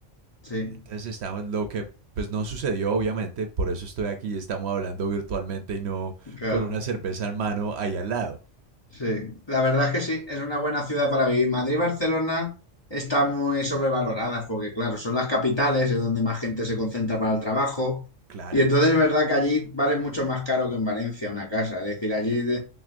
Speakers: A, on the left; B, on the right.
A: sí,
B: Entonces estamos, lo que pues no sucedió obviamente, por eso estoy aquí y estamos hablando virtualmente y no
A: claro.
B: con una cerveza en mano ahí al lado.
A: Sí, la verdad es que sí, es una buena ciudad para vivir. Madrid y Barcelona están muy sobrevaloradas porque, claro, son las capitales, es donde más gente se concentra para el trabajo.
B: Claro,
A: Y entonces es verdad que allí vale mucho más caro que en Valencia una casa. Es decir, allí de-